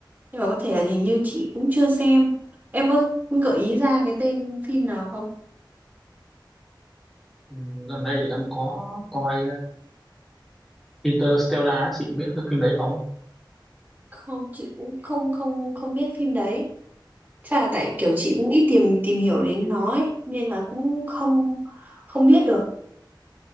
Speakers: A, on the right; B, in the centre.
A: Nhưng mà có thể là hình như chị cũng chưa xem. Em có gợi ý ra cái tên phim nào không?
B: Ừ, gần đây thì em có coi Interstellar ấy, chị biết cái phim đấy không?
A: không chị cũng không không không biết phim đấy Chắc là tại kiểu chị cũng ít tìm tìm hiểu đến nó ấy, nên là cũng không không biết được.